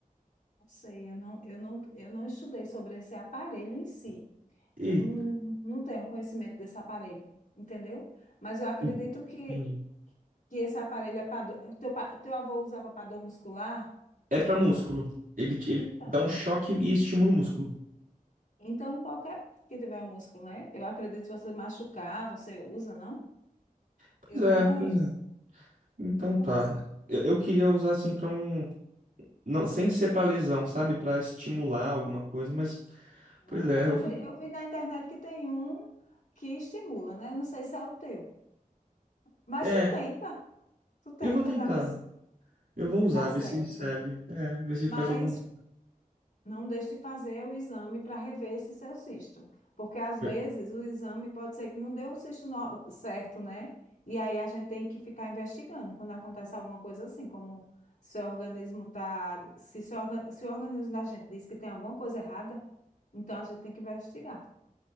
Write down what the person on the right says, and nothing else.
Eita,
entendi.
É pra músculo. Ele, te- ele
dá um choque e estimula o músculo.
Pois
é,
pois é. Então
tá. Eu, eu queria usar assim pra um. Não, sem ser pra lesão, sabe? Pra estimular alguma coisa, mas. Pois
é,
eu
<laughs>
É,
eu vou tentar.
Eu vou
usar,
ver se ele serve. É, ver se
faz alguma
coisa.